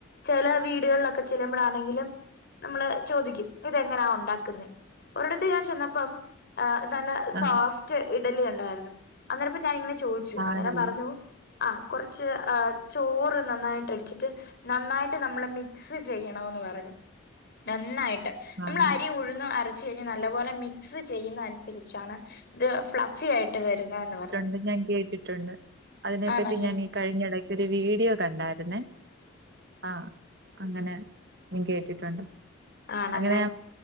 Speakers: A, on the left; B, on the right.
A: ചെല വീടുകളിലൊക്കെ ചെല്ലുമ്പഴാണെങ്കിലും നമ്മള് ചോദിക്കും ഇതെങ്ങനാ ഉണ്ടാക്കുന്നേ. ഒരിടത്ത് ഞാൻ ചെന്നപ്പം ആഹ് നല്ല സോഫ്റ്റ്
B: ആഹ്
A: ഇഡലി ഉണ്ടായിരുന്നു അന്നേരപ്പം ഞാാനിങ്ങനെ ചോദിച്ചു അന്നേരം
B: ആണല്ലേ
A: പറഞ്ഞു ആഹ് കൊറച്ച് ചോറ് നന്നായിട്ടടിച്ചിട്ട് നന്നായിട്ട് നമ്മള് മിക്സ് ചെയ്യണോന്ന് പറഞ്ഞു. നന്നായിട്ട് നമ്മള്
B: ആഹ്
A: അരി ഉഴുന്നും അരച്ച കഴിഞ്ഞ നല്ലപോലെ മിക്സ് ചെയ്യുന്ന അനുസരിച്ചാണ് ഇത് ഫ്ലഫി ആയിട്ട് വരുന്നാന്ന് പറഞ്ഞു.
B: അത് ഞാൻ കേട്ടിട്ടുണ്ട്. അയ്നെപ്പറ്റി
A: ആണല്ലേ
B: ഞാൻ ഈ കഴിഞ്ഞ എടയ്ക്ക് ഒരു വീഡിയോ കണ്ടായിരുന്നേ. ആഹ്. അങ്ങനെ ഞാൻ കേട്ടിട്ടുണ്ട്.
A: ആണല്ലേ
B: അങ്ങനെ